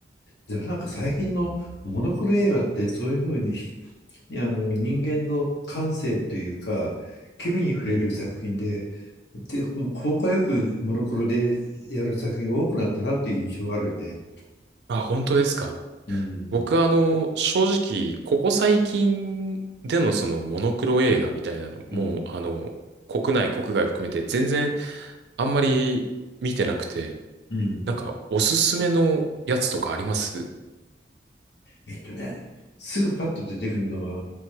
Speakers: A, on the left (about 80°); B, on the right (about 70°).
A: でもなんか最近のモノクロ映画ってそういうふうにひあの人間の感性というか、機微に触れる作品で、
B: うんうん。
A: で、効果よくモノクロでやる作品が多くなったなっていう印象はあるね。
B: あ、本当ですか。
A: うん
B: 僕はあの、正直、ここ最近でのそのモノクロ映画みたいなのも、
A: うんうん
B: あの、国内、国外含めて全然あんまり見てなくて、
A: うん
B: なんか、おすすめのやつとかあります
A: えっとね、すぐパッと出てくるのは、